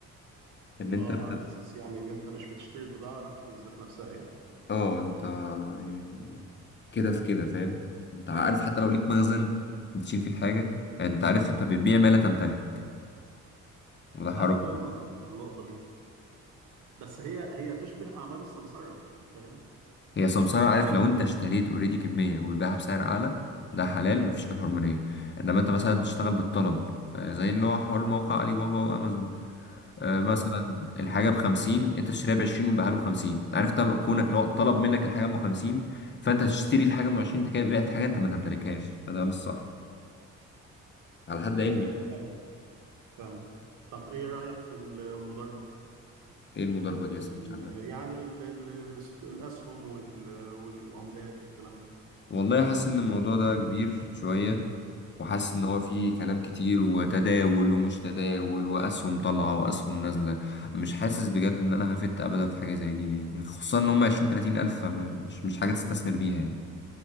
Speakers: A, on the left; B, on the right.
A: ان انت
B: اه
A: بت...
B: على اساس يعني ان انت مش بتشتري البضاعه نف- بالذات نفسها يعني
A: اه انت يعني كده في كده فاهم انت عارف حتى لو ليك مخزن بتشيل فيه الحاجة يعني انت عارف انت بتبيع ما لا تمتلك وده حرام
B: انا فاهم قصدك من النقطه دي بس هي هي تشبه اعمال السمسره فاهم
A: هي سمسارة عارف لو انت اشتريت اوريدي كمية وبيبيعها بسعر اعلى ده حلال مفيش فيه حرمانية انما انت مثلا تشتغل بالطلب آه، زي اللي هو حوار موقع علي بابا وامازون آه، مثلا
B: ايوه ايوه
A: الحاجة بخمسين انت تشتريها بعشرين وتبيعها له خمسين عارف طب كونك لو طلب منك الحاجة ام خمسين فانت تشتري الحاجة ام عشرين انت كده بعت حاجة انت ما تمتلكهاش فده مش صح على حد علمي
B: تمام فاهم فاهمك طب ايه رايك في المضاربه
A: ايه المضاربة دي
B: ال-
A: بس ما سمعتش عنها
B: يعني ال- ال- الاس- الأسهم وال- والعملات والكلام ده
A: والله حاسس ان الموضوع ده كبير شوية وحاسس ان هو فيه كلام كتير وتداول ومش تداول واسهم طالعة واسهم نازلة مش حاسس بجد ان انا هفت ابدا في حاجة زي دي يعني خصوصا ان هم عشرين تلاتين الف فم- مش مش حاجة تستثمر بيها يعني